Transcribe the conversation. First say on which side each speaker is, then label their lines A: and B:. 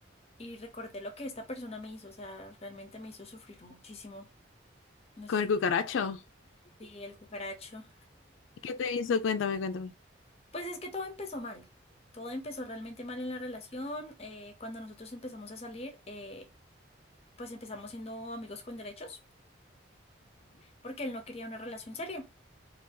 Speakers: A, on the left; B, on the left.
A: y recordé lo que esta persona me hizo, o sea, realmente me hizo sufrir muchísimo. No
B: con
A: sé si,
B: el cucaracho?
A: si el cucaracho.
B: ¿Qué te hizo? Cuéntame, cuéntame.
A: Pues es que todo empezó mal, todo empezó realmente mal en la relación. eh, cuando nosotros empezamos a salir, eh, pues empezamos siendo amigos con derechos porque él no quería una relación seria.